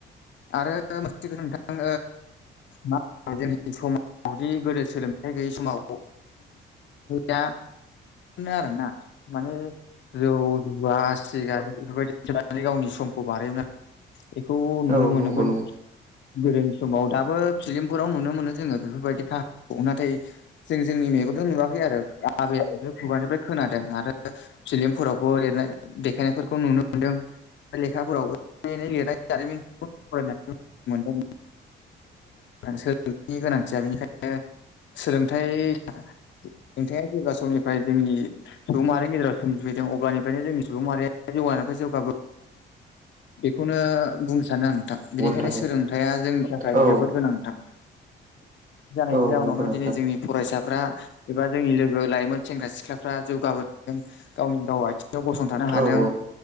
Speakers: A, on the left; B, on the right.
A: आरो मोनथिगोनांथां मा होनो जोंनि समाजावदि गोदो सोलोंथाइ गैयिै समाव ज आरो ना माने जौ जुवा सिगारेट बेफोरबायदिनानै गावनि समखौ बारहयोमोन आरो बेखौ नुनो
B: औ
A: मोनो
B: नंगौ
A: गोदोनि समाव दाबो फिलिमफोराव नुनो मोनो जोङो बेफोरबायदि खाहानिखौ नाथाय जों जोंनि मेगनजों नुवाखै आरो आबै आबौ खुगानिफ्राय खोनादों आरो फिलि्मफोरावबो लिरनाय देखायनायफोरखौ नुनो मोन्दों लेखाफोरावबो नाय लिरनाय जारिमिन फराय मोनदों सोलोंनि गोनांथिया बेनिखायनो सोलोंथाइ नोंथाङा जेब्ला समनिफ्राय जोंनि सुबुं माहारिनि गेजेराव सोमजिफैदों अब्लानिफ्रायनो जोंनि सुबुं माहारिया जौगानायानिफ्राय जौगाब बेखौनो बुंनो सानो आं बिनिखायनो
B: नोंथां
A: सोलोंथाया जोंनि थाखाय
B: औ
A: जोबोद गोनांथां जानायनि
B: औ
A: जाउनावनो
B: गोनांथार
A: दिनै जोंनि फरायसाफ्रा एबा जोंनि लोगो लाइमोन सेंग्रा सिख्लाफ्रा जौगाबोदों गावनि दाव आथिङाव गसंथानो हादों
B: औ औ